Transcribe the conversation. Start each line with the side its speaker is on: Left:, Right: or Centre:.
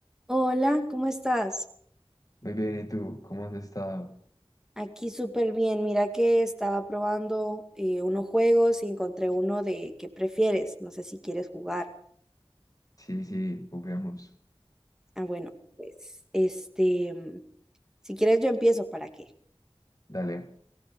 Centre: Hola, ¿cómo estás?
Left: Muy bien, ¿y tú? ¿Cómo has estado?
Centre: Aquí súper bien. Mira que estaba probando eh, unos juegos y encontré uno de ¿qué prefieres? No sé si quieres jugar.
Left: Sí, sí, juguemos.
Centre: Ah, bueno, pues este, mm, si quieres yo empiezo, ¿para qué?
Left: Dale,